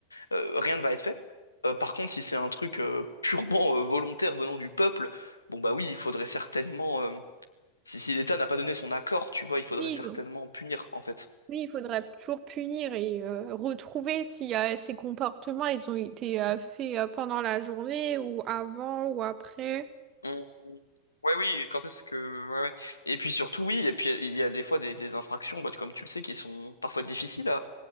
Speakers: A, on the left; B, on the right.
A: Euh, rien ne va être fait. Euh, par contre, si c'est un truc euh, purement euh, volontaire venant du peuple, bon bah oui, il faudrait certainement. euh, si si l'État n'a pas donné son accord, tu vois, il faudrait
B: Oui,
A: certainement
B: donc.
A: punir, en fait.
B: Oui, il faudrait toujours punir et euh, retrouver si euh, ces comportements ils ont été euh, faits euh, pendant la journée ou avant ou après.
A: Mm. Ouais, oui, quand est-ce que. Ouais, ouais. Et puis surtout, oui, et puis il y a des fois des, des infractions, bah, comme tu le sais, qui sont parfois difficiles